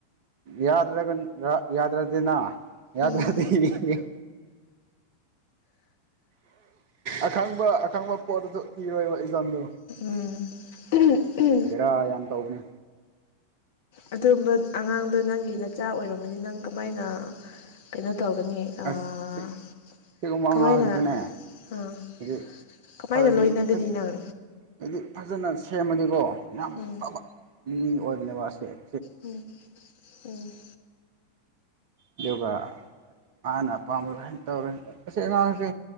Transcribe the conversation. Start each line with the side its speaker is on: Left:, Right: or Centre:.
Right: ꯌꯥꯗ꯭ꯔꯒ ꯌꯥꯗ꯭ꯔꯗꯤꯅ ꯌꯥꯗ꯭ꯔꯗꯤ
Left: ꯎꯝ
Right: ꯑꯈꯪꯕ ꯑꯈꯪꯕ ꯄꯣꯠꯇꯁꯨ ꯏꯔꯣꯏꯕ ꯏꯖꯥꯝꯗꯣ
Left: ꯎꯝ ꯎꯝ ꯎꯝ
Right: ꯕꯦꯔꯥ ꯌꯥꯝ ꯇꯧꯕꯅꯦ
Left: ꯑꯗꯨꯒꯨꯝꯕ ꯑꯉꯥꯡꯗꯣ ꯅꯪꯒꯤ ꯅꯆꯥ ꯑꯣꯏꯔꯝꯃꯗꯤ ꯅꯪ ꯀꯃꯥꯏꯅ ꯀꯩꯅꯣ ꯇꯧꯒꯅꯤ꯫ ꯑꯥ
Right: ꯑꯁ ꯁꯤ ꯁꯤꯒꯨꯝꯕ ꯑꯉꯥꯡꯁꯤꯗꯤꯅꯦ
Left: ꯀꯃꯥꯏꯅ ꯑꯥ
Right: ꯍꯥꯏꯗꯤ
Left: ꯀꯃꯥꯏꯅ
Right: ꯐꯔꯗꯤ
Left: ꯂꯣꯏꯅꯒꯅꯤ
Right: ꯍꯥꯏꯗꯤ
Left: ꯅꯪ
Right: ꯍꯥꯏꯗꯤ ꯐꯖꯅ ꯁꯦꯝꯃꯗꯤꯀꯣ ꯌꯥꯝ
Left: ꯎꯝ
Right: ꯐꯕ ꯃꯤ ꯑꯣꯏꯕꯅꯦꯕꯁꯦ
Left: ꯎꯝ ꯎꯝ꯫
Right: ꯑꯗꯨꯒ ꯃꯅꯥ ꯑꯄꯥꯝꯕ ꯍꯦꯛ ꯇꯧꯔꯦ ꯑꯁꯤ ꯑꯉꯥꯡꯁꯦ